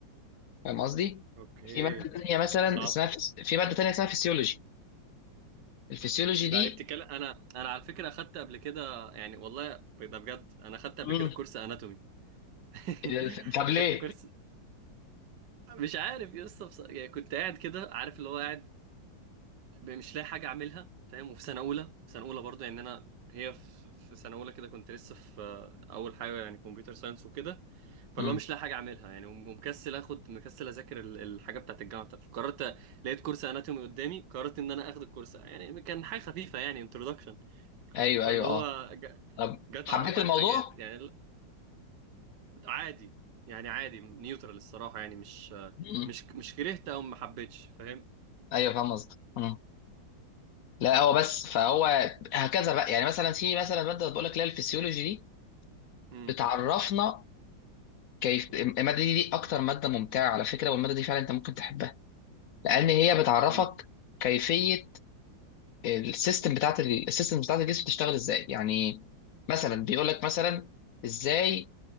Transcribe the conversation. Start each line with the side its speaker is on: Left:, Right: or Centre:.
Left: فاهم قصدي
Right: اوكي
Left: في ماده تانية مثلا
Right: صعب
Left: اسمها فيس- في ماده تانية اسمها فيسيولوجي الفيسيولوجي
Right: ده
Left: دي
Right: ابتكال انا انا على فكره اخدت قبل كده يعني والله ده بجد انا اخدت قبل
Left: مم.
Right: كده كورس اناتومي <laughs>
Left: الف- طب ليه
Right: اخدت كورس مش عارف يا اسطى بص... يعني كنت قاعد كده عارف اللي هو قاعد ب- مش لاقي حاجه اعملها فاهم وفي سنه اولى في سنه اولى برضه يعني انا هي في في سنه اولى كده كنت لسه في آه، اول حاجه يعني كمبيوتر ساينس وكده فاللي
Left: مم.
Right: هو مش لاقي حاجه اعملها يعني وم- ومكسل اخد مكسل اذاكر ال- الحاجه بتاعت الجامعه بتاعتي فقررت لقيت كورس اناتومي قدامي قررت ان انا اخد الكورس يعني كان حاجه خفيفه يعني انترودكشن
Left: ايوه
Right: فاللي
Left: ايوه
Right: هو
Left: اه طب
Right: جاي اتعرف
Left: حبيت
Right: عن
Left: الموضوع؟
Right: حاجات يعني ال- عادي يعني عادي نيوترال الصراحه يعني مش
Left: مم.
Right: مش مش كرهت او ما حبيتش فاهم
Left: ايوه فاهم قصدك مم. لا هو بس فهو هكذا بقى يعني مثلا في مثلا ماده بقول لك اللي هي الفسيولوجي دي
Right: امم
Left: بتعرفنا كيف الماده دي, دي اكتر ماده ممتعه على فكره والماده دي فعلا انت ممكن تحبها لان هي بتعرفك
Right: امم
Left: كيفيه السيستم بتاعت ال- السيستم بتاعت الجسم بتشتغل ازاي يعني مثلا بيقول لك مثلا ازاي